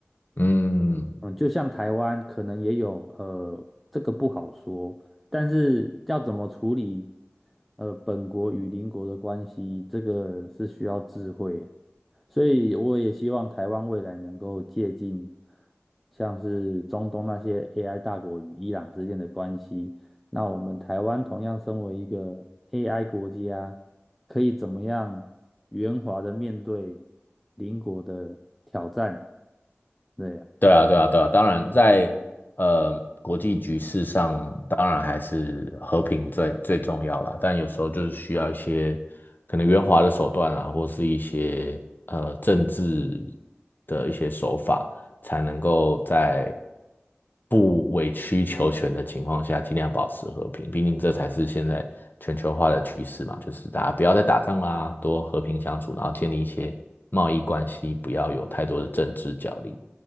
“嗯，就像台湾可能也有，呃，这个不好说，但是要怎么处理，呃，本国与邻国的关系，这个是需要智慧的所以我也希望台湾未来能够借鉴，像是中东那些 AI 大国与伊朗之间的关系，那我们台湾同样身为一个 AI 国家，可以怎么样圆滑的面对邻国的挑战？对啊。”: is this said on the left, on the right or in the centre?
Centre